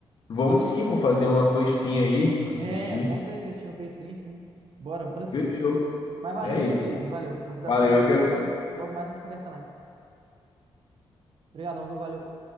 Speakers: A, on the left; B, on the right.
A: Vamos sim, pô, fazer uma costrinha aí, assistir.
B: É, alguma coisa assim, assistir uma coisa estranha, sim. Bora, bora sim.
A: Fechou.
B: Mas valeu,
A: É
B: viu,
A: isso,
B: meu querido?
A: mano.
B: Valeu. Vou precisar
A: Valeu,
B: sair aqui
A: eu que
B: agora, mas logo mais a gente conversa mais. Obrigadão, viu? Valeu.